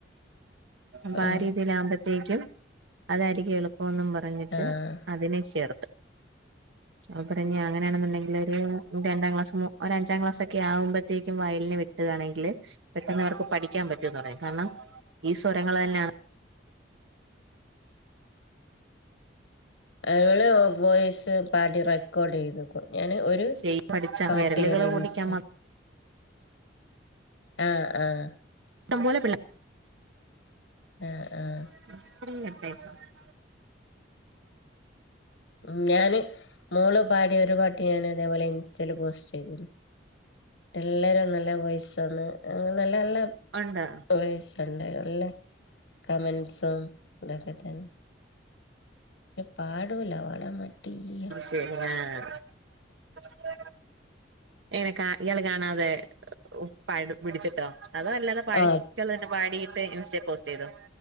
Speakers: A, on the right (about 80°); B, on the left (about 80°).
A: അമ്പാരീതിൽ
B: ആഹ്
A: ആവുമ്പ ത്തേക്കും അതാരിക്കും എളുപ്പൊന്നു പറഞ്ഞിട്ട്
B: ആഹ്
A: അതിനെ ചേർത്ത് ഞാൻ പറഞ്ഞ് അങ്ങനെയാണെന്നുണ്ടെങ്കിൽ ഒരു രണ്ടാ ക്ലാസ് മു ഒര് അഞ്ചാം ക്ലാസ് ഒക്കെ ആവുമ്പത്തേക്കും വയലിന് വി ട്കയാണെങ്കിൽ പെട്ടെന്നിവർക്ക് പഠിക്കാൻ പറ്റുമന്ന് പറഞ്ഞു കാരണം ഈ സ്വരങ്ങള് തന്നാണ്
B: ഇവള് വോയിസ് പാടി റെ ക്കോർഡ് ചെയ്ത് വെക്കും ഞാന് ഒരു
A: ചെയ് പഠിച്ച
B: പാട്ട്
A: വിരലുകൾ
B: ഞാൻ ഇൻസ്റ്റ
A: ഓടിക്കാൻ
B: ആഹ് ആഹ്
A: ട്ടം പോലെ പിള്ള
B: ആഹ് ആഹ്
A: <unintelligible>
B: ഉം ഞാന് മോള് പാടിയ ഒരു പാട്ട് ഞാൻ ഇതേപോലെ ഇൻസ്റ്റയില് പോസ്റ്റ് ചെയ്തിരുന്നു എല്ലാരും നല്ല വോയിസ്‌ ആണ് അങ്ങനെ നല്ല നല്ല
A: ഒണ്ടോ
B: വോയിസെണ്ട് നല്ല കമൻസും ഇതൊക്കെ തന്നെ പാടൂല പാടാൻ മടീയ
A: <unintelligible> എങ്ങനെ കാ ഇയാള് കാണാതായെ പ പിടിച്ചിട്ടോ അതോ അല്ലാതെ പാടിച്ചത്
B: ആ
A: തന്നെ പാടിയിട്ട് ഇൻസ്റ്റ പോസ്റ്റ് ചെയ്തോ